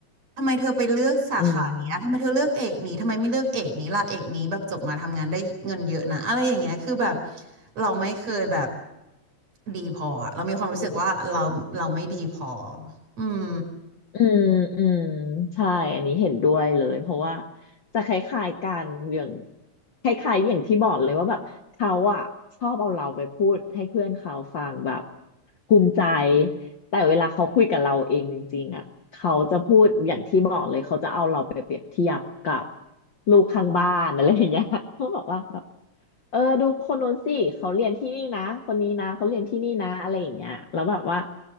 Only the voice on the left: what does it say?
อืม
อืมอืมใช่อันนี้เห็นด้วยเลยเพราะว่าจะคล้ายๆกันอย่างคล้ายๆอย่างที่บอกเลยว่าแบบเขาอะชอบเอาเราไปพูดให้เพื่อนเขาฟังแบบภูมิใจแต่เวลาเขาคุยกับเราเองจริงๆอะเขาจะพูดอย่างที่บอกเลยเขาจะเอาเราไปเปรียบเทียบกับลูกข้างบ้านอะไรอย่างเงี้ย <laughs> เขาบอกว่าแบบเออดูคนโน้นสิเขาเรียนที่นี่นะคนนี้นะเขาเรียนที่นี่นะอะไรอย่างเงี้ยแล้วแบบว่า